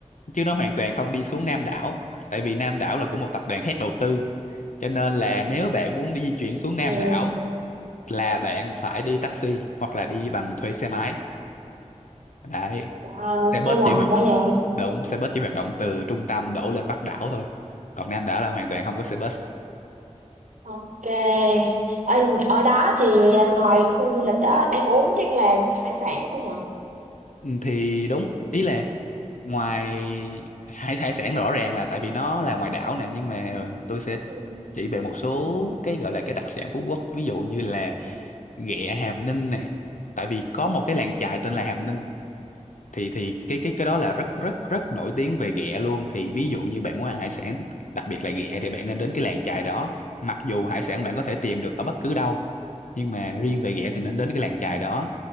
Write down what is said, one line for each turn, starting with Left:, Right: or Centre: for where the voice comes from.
Left: Chứ nó hoàn toàn không đi xuống Nam đảo, tại vì Nam đảo là của một tập đoàn khác đầu tư. Cho nên là nếu bạn muốn đi di chuyển xuống Nam
Right: ừ.
Left: đảo là bạn phải đi taxi hoặc là đi bằng thuê xe máy. Đấy
Right: à,
Left: xe
Right: sao
Left: bus
Right: quần
Left: chỉ hoạt động
Right: quá vậy
Left: đúng xe bus chỉ hoạt động từ trung tâm đổ lên Bắc đảo thôi còn Nam đảo là hoàn toàn không có xe bus
Right: ok ở, ở đó thì ngoài khu du lịch đó ăn uống chắc là hải sản không nhỉ
Left: Ừ, thì đúng ý là ngoài hải hải sản rõ ràng là tại vì nó là ngoài đảo nè nhưng mà tôi sẽ
Right: ừ.
Left: chỉ về một số cái gọi là cái đặc sản Phú Quốc ví dụ như là ghẹ Hàm Ninh nè tại vì có một cái làng chài tên là Hàm Ninh thì thì cái cái cái đó là rất rất rất nổi tiếng về ghẹ luôn thì ví dụ như bạn muốn ăn hải sản đặc biệt là ghẹ thì bạn nên đến cái làng chài đó mặc dù hải sản bạn có thể tìm được ở bất cứ đâu nhưng mà riêng về ghẹ thì nên đến cái làng chài đó